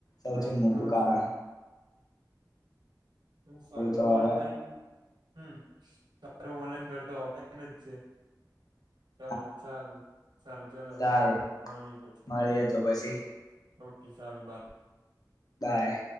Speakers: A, on the left; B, on the right.
A: સૌથી
B: હા એ
A: મોટું
B: તો વાત
A: કારણ.
B: હ સારું
A: તો હવે
B: ઓનલાઈન. હમ સારું ઓનલાઈન કરતો અપાયને જ છે.
A: હ <unintelligible>
B: ચાલો સારું સારું ચાલો
A: સારું
B: મળીએ પછી.
A: મળીએ તો પછી
B: ઓકે સારું બાય.
A: બાય.